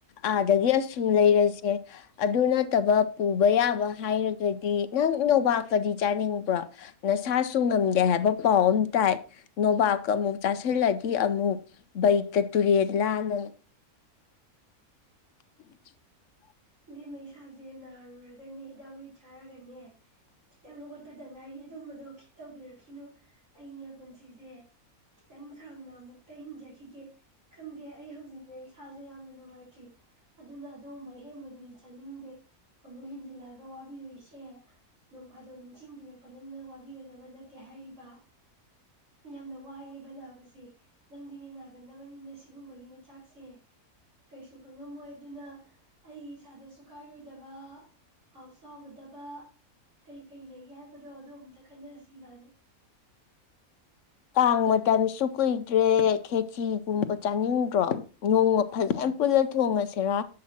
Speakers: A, on the left; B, on the right.
A: ꯑꯥꯗꯒꯤ ꯑꯁꯨꯝ ꯂꯩꯔꯁꯦ ꯑꯗꯨ ꯅꯠꯇꯕ ꯄꯨꯕ ꯌꯥꯕ ꯍꯥꯏꯔꯒꯗꯤ ꯅꯪ ꯅꯣꯕꯥꯥꯛꯀꯗꯤ ꯆꯥꯅꯤꯡꯕ꯭ꯔꯣ ꯅꯁꯥꯁꯨ ꯉꯝꯗꯦ ꯍꯥꯏꯕ ꯄꯥꯎ ꯑꯃ ꯇꯥꯏ ꯅꯣꯕꯥꯥꯛꯀ ꯑꯃꯨꯛ ꯆꯥꯁꯤꯜꯂꯗꯤ ꯑꯃꯨꯛ ꯕꯩꯇ ꯇꯨꯔꯦꯟꯂꯥꯅ <inaudible>
B: ꯏꯗꯤꯦꯝ ꯏꯁꯥꯁꯦ ꯅꯥꯔꯨꯔꯒꯅꯦ ꯍꯤꯗꯥꯛ ꯍ ꯆꯥꯔꯒꯅꯦ ꯈꯤꯇꯪ ꯑꯃꯒꯠꯄꯗ ꯉꯥꯏ ꯑꯗꯨꯝꯕꯗꯣ ꯈꯤ ꯇꯧꯕꯤꯔꯛꯈꯤꯅꯨ ꯑꯩꯅꯦ ꯄꯨꯟꯁꯤꯁꯦ ꯈꯤꯇꯪ ꯁꯥꯡꯅ ꯑꯃꯨꯛꯇ ꯍꯤꯡꯖꯈꯤꯒꯦ ꯈꯪꯗꯦ ꯑꯩ ꯍꯧꯖꯤꯛꯅꯦ ꯏꯁꯥꯥꯁꯦ ꯌꯥꯝꯅ ꯅꯨꯡꯉꯥꯏꯇ꯭ꯔꯤ ꯑꯗꯨꯅ ꯑꯗꯨꯒꯨꯝꯕ ꯍꯦꯟꯕꯗ ꯑꯗꯨꯗꯤ ꯆꯥꯅꯤꯡꯗꯦ ꯑꯃꯨꯛ ꯍꯦꯟꯖꯤꯜꯂꯑꯒ ꯋꯥꯕꯤ ꯑꯣꯏ ꯑꯩꯁꯦ ꯅꯣꯡꯐꯥꯗꯣꯛ ꯅꯤꯡꯁꯤꯡꯕꯤꯔꯛꯄ ꯅꯪꯅ ꯋꯥꯕꯤꯒꯗꯕ ꯅꯠꯇꯦ ꯍꯥꯏꯔꯤꯕ ꯌꯥꯝꯅ ꯋꯥꯏꯑꯦꯕꯅꯥꯕꯁꯦ ꯅꯪꯗꯤꯅꯦ ꯅꯥꯒꯟꯗꯕꯅꯤꯅ ꯁꯤꯒꯨꯝꯕꯒꯤ ꯃꯆꯥꯛꯁꯦ ꯀꯩꯁꯨ ꯈꯪꯉꯝꯃꯣꯏ ꯑꯗꯨꯅ ꯑꯩ ꯏꯁꯥꯗꯁꯨ ꯀꯥꯏꯔꯣꯏꯗꯕ ꯍꯥꯎꯁ ꯍꯥꯎꯒꯗꯕ ꯀꯔꯤ ꯀꯔꯤ ꯂꯩꯒꯦ ꯍꯥꯏꯕꯗꯣ ꯑꯗꯨ ꯑꯝꯇ ꯈꯟꯅꯁꯤꯕꯥꯅꯤ
A: ꯀꯥꯡ ꯃꯇꯝꯁꯨ ꯀꯨꯏꯗ꯭ꯔꯦ ꯈꯦꯆꯤꯒꯨꯝꯕ ꯆꯥꯅꯤꯡꯗ꯭ꯔꯣ ꯅꯣꯡꯃꯜ ꯌꯥꯝ ꯄꯨꯜꯂ ꯊꯣꯡꯉꯁꯤꯔꯥ